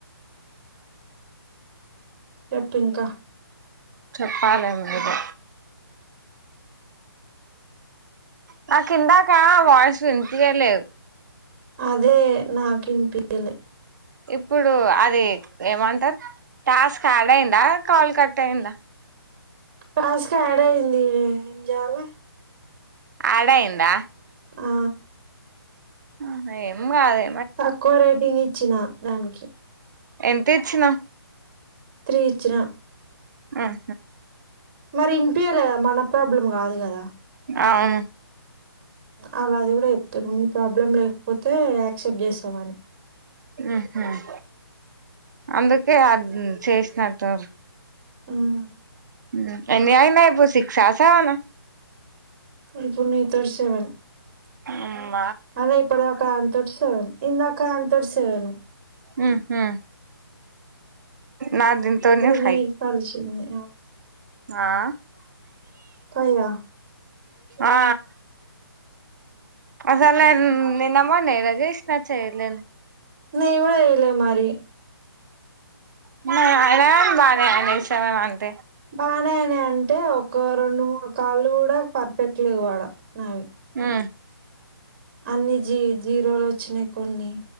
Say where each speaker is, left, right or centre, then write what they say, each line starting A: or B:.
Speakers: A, on the right; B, on the right.
A: చెప్పు ఇంకా
B: చెప్పాలె ముందు గే నా కిందాకా వాయిస్ వినిపియ్యలేదు
A: అదే నాకి ఇన్ పియ్లే
B: ఇప్పుడు అది ఏమంటర్ టాస్క్ ఆడ్ అయిందా కాల్ కట్ అయిందా,
A: టాస్క్ యాడ్ అయింది ఏంజేల
B: ఆడయిందా
A: ఆ
B: ఆ ఏం కాదే
A: తక్కువ రేటింగ్ ఇచ్చినా దానికి
B: ఎంత ఇచ్చిన
A: తిరిగి ఇచ్చిన
B: ఉహు
A: మరి వినిపియ్యలే కదా మన ప్రాబ్లం కాదు గదా
B: అవును
A: అలా అది కూడా ఎప్తరు మీ ప్రాబ్లం లేకపోతే యాక్సెప్ట్ జేస్సమని
B: మ్మ్ హ్మ్ అందుకే అన్ చేసినట్టురు
A: మ్మ్
B: మ్మ్ ఎన్ని అయినాయి ఇబు సిక్సా సెవెనా
A: ఉపుున్నైతోడు <unintelligible> సవన్
B: ఆ
A: అదే ఇప్పుడు దాక అంతొటి సెవెన్ ఇంకా అంతొటి సేవెన్
B: ఉహు నా దీంతోనే
A: అప్పుడు నీర్
B: ఫైవ్
A: పల్చింది
B: ఆ
A: తెల్లదా
B: ఆ అసల్ నన్ నిన్న మెన్నె కదా చెసిన చైర్లలొ
A: నిను కూడా చైలే మరి
B: మ అరం బా <unintelligible> ర ఆనే చవనంత
A: బాగనే అయినయి అంటే ఒక రెండు మూడు కాళ్ళు కూడా పర్ పెట్టలేవు వాడ నావును
B: ఆ
A: అన్ని జీ జీరోలు వచ్చినయి కొన్ని